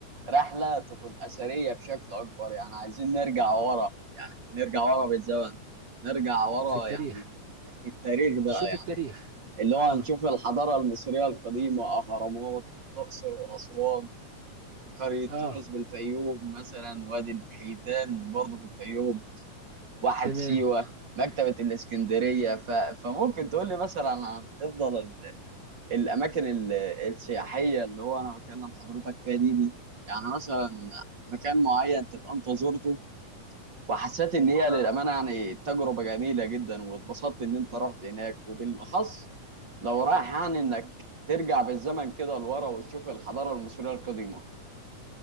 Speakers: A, on the right; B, on the right.
A: رحله تكون اثريه بشكل اكبر يعني عايزين نرجع ورا يعني نرجع ورا بالزمن نرجع ورا
B: في التاريخ
A: يعني في التاريخ بقى
B: تشوف
A: يعني
B: التاريخ
A: اللي
B: اه
A: هو هنشوف الحضارة المصرية القديمة أهرامات الأقصر وأسوان قرية
B: اه
A: تونس بالفيوم مثلا وادي الحيتان برضه في الفيوم واحة
B: تمام
A: سيوة مكتبة الإسكندرية ف... فممكن تقول لي مثلا عن أفضل ال... الأماكن ال... السياحية اللي هو أنا بكلم حضرتك فيها دي دي يعني مثلا مكان معين تبقى أنت زرته وحسيت ان هي للامانه يعني تجربه جميله جدا واتبسطت ان انت رحت هناك وبالاخص لو رايح يعني انك ترجع بالزمن كده لورا وتشوف الحضاره المصريه القديمه